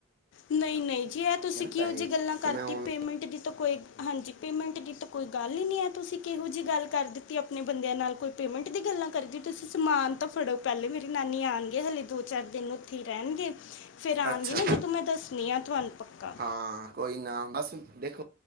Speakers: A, on the left; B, on the right.
A: ਨਹੀਂ, ਨਹੀਂ, ਜੀ ਇਹ ਤੁਸੀਂ ਕਿਹੋ
B: ਪੈਸੇ
A: ਜਿਹੀ ਗੱਲਾਂ ਕਰਤੀ,
B: ਤੇ ਮੈਂ ਆਨਲਾਈਨ
A: ਪੇਮੈਂਟ ਦੀ ਤਾਂ ਕੋਈ ਹਾਂਜੀ। ਪੇਮੈਂਟ ਦੀ ਤਾਂ ਕੋਈ ਗੱਲ ਹੀ ਨਹੀਂ ਹੈ, ਤੁਸੀਂ ਕਿਹੋ ਜਿਹੀ ਗੱਲ ਕਰ ਦਿੱਤੀ ਆਪਣੇ ਬੰਦਿਆਂ ਨਾਲ ਕੋਈ ਪੇਮੈਂਟ ਦੀ ਗੱਲਾਂ ਕਰੀ, ਤੁਸੀਂ ਸਮਾਨ ਤਾਂ ਫੜੋ ਪਹਿਲੇ ਮੇਰੇ ਨਾਨੀ ਆਣ ਗਏ ਹੱਲੇ ਦੋ ਚਾਰ ਦਿਨ ਉੱਥੇ ਹੀ ਰਹਿਣਗੇ। ਫ਼ਿਰ ਆਉਣਗੇ
B: ਅੱਛਾ
A: ਨਾ ਜਦੋਂ ਮੈਂ। ਦੱਸਣੀ ਆ ਤੁਹਾਨੂੰ ਪੱਕਾ
B: ਹਾਂ, ਕੋਈ ਨਾ। ਬਸ ਦੇਖੋ